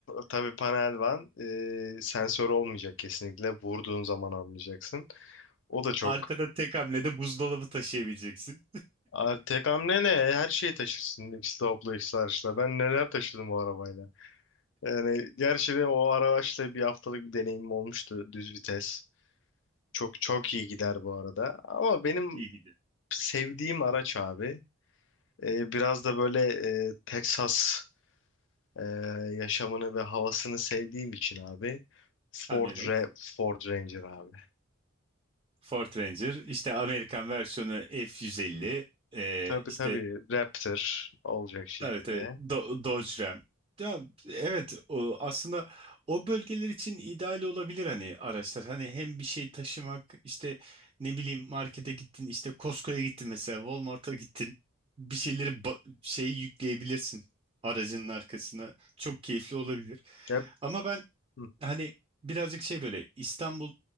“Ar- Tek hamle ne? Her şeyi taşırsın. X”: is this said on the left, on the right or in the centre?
Left